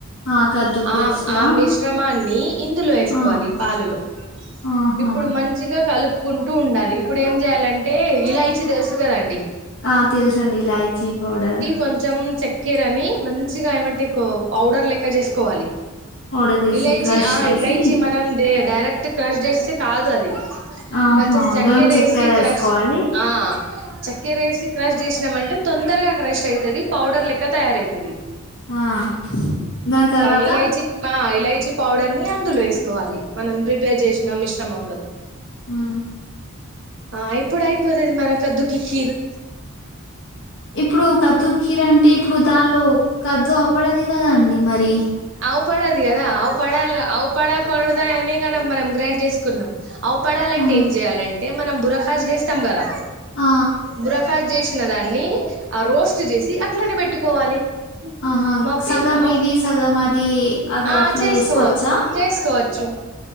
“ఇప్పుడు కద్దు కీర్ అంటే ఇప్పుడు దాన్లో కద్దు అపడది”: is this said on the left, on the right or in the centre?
Left